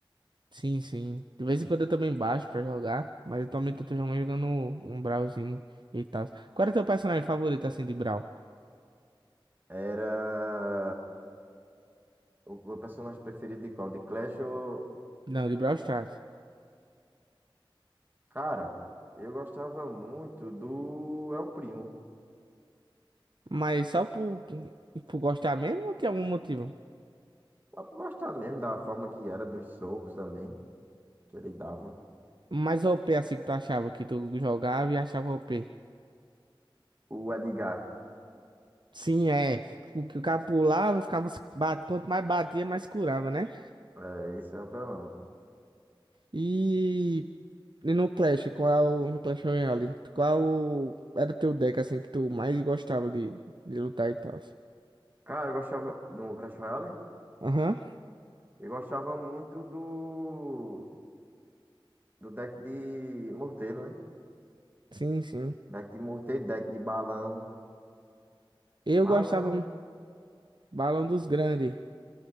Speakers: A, on the right; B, on the right.
A: Sim, sim. De vez em quando eu também baixo pra jogar, mas atualmente eu tô jogando um Brawlzinho e tal. Qual é o teu personagem favorito assim de Brawl?
B: Era. O meu personagem preferido de qual? De Clash ou.
A: Não, de Brawl Stars.
B: Cara, eu gostava muito do El Primo.
A: Mas só por, por gostar mesmo ou tem algum motivo?
B: Dá pra gostar mesmo da forma que era, dos socos também, que ele dava.
A: Mais OP assim que tu achava que tu jogava e achava o OP?
B: O Edgar.
A: Sim, é. O que o cara pulava, ficava. se bat- Quanto mais batia, mais curava, né?
B: É, esse é o apelão.
A: E, e no Clash, qual. No Clash Royale, qual era teu deck, assim, que tu mais gostava de, de lutar e tal?
B: Cara, eu gostava do Clash Royale.
A: Aham,
B: Eu gostava muito do do deck de morteiro, né?
A: sim, sim.
B: Deck de morteiro, deck de balão.
A: Eu
B: Balão.
A: gostava Balão dos Grandes.